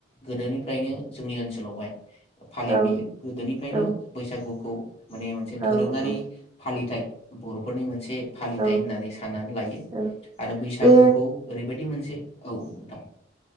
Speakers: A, on the left (about 35°); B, on the right (about 25°).
A: गोदोनिफ्रायनो जोंनि ओनसोलावहाय फालिबोयो
B: औ
A: गोदोनिफ्रायनो
B: औ
A: बैसागुखौ माने मोनसे
B: औ
A: धोरोङारि
B: औ
A: फालिथाय बर नि मोनसे स फालिथायाइ
B: औ
A: होननानै साननानै लायो,
B: औ
A: आरो बैसागुखौ
B: बे
A: ओरैबायदि मोनसे औ नोंथां‌।